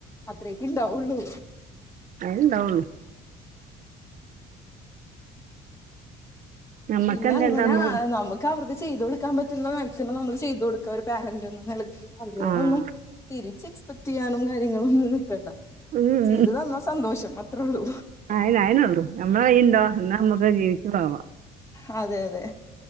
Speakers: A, on the left; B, on the right.
A: അത്രേക്ക് ണ്ടാകൊള്ളൂ
B: അയിന് ണ്ടാവൊള്ളൂ. ഞമ്മക്കെന്തേ
A: പിന്നെ അങ്ങനെ
B: നമ്മളെ
A: നമക്ക് അവർക്ക് ചെയ്ത് കൊടുക്കാൻ പറ്റുന്ന മാക്സിമം നമ്മള് ചെയ്ത് കൊട്ക ഒരു പാരൻറ് ന്ന നിലക്ക അല്ലതൊന്നും
B: ആഹ്
A: തിരിച്ച് എക്സ്പെക്ട് ചെയ്യാനും കാര്യങ്ങളൊന്നും നിക്കണ്ട.
B: ഉം
A: ചെയ്തുതന്നാ സന്തോഷം അത്രള്ളൂ.
B: അയനെ അയനൊളു ഞമ്മളെ കൈയുണ്ടോ ന്നാ നമ്മക്ക് ജീവിച്ച് പോവാ.
A: ആ അതെ അതെ